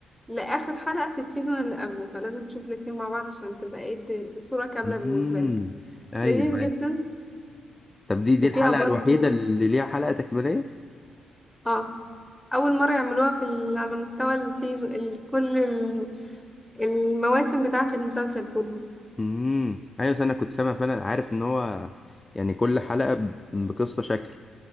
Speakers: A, in the centre; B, on the left.
A: لآخر حلقة في السيزون اللي قبله فلازم تشوف الاتنين مع بعض عشان تبقى ايه الد- الصورة كاملة
B: امم
A: بالنسبة لك
B: ايوه
A: لذيذ
B: ايوه
A: جدا
B: طب دي دي
A: وفيها
B: الحلقه
A: برضو
B: الوحيده اللي ليها حلقه تكميليه
A: اه أول مرة يعملوها في ال... على مستوى السيزون ال... كل ال- المواسم بتاعة المسلسل كله
B: امم ايوه أصل انا كنت سامع فانا عارف ان هو يعني كل حلقه ب- بقصه شكل